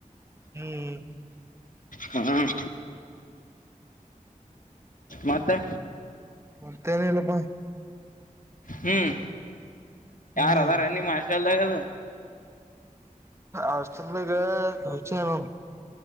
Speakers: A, on the right; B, on the left.
A: ಹ್ಮ್
B: ಹ್ಮ್ ಮತ್ತೆ
A: ಮತ್ತೇನ ಇಲ್ಲಪ್ಪಾ
B: ಹ್ಮ್ ಯಾರ
A: ಹ್ಮ್
B: ಅದ ರನ್ನಿ ಮಷ ಅಲ್ಲ ಅದು
A: ಆಷ್ಟತ ಗ ಹ